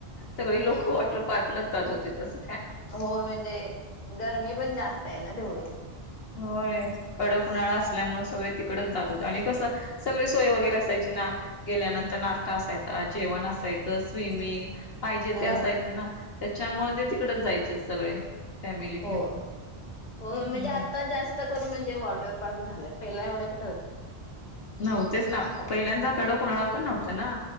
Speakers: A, on the left; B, on the left.
A: सगळी लोकं
B: हा
A: वॉटर पार्कलाच जात होते तस.
B: हो म्हणजे गरमी पण जास्त आहे ना तेवढी.
A: होय कडक उन्हाळा असल्यामुळे सगळे तिकडच जात होते आणि कसं सगळी सोय वगैरे असायची. गेल्यानंतर नाश्ता असायचा, जेवण असायच. स्विमिंग पाहिजे
B: हम्म
A: ते असायचं ना त्याच्यामुळे ते तिकडच जायचे सगळे. फॅमिली घेऊन
B: होय, होय म्हणजे
A: हम्म.
B: आता जास्त करून म्हणजे वॉटर पार्क झाल्यात पहिला एवढ. होत.
A: नव्हतेच ना पहिल्यांदा कडक उन्हाळा पण नव्हता ना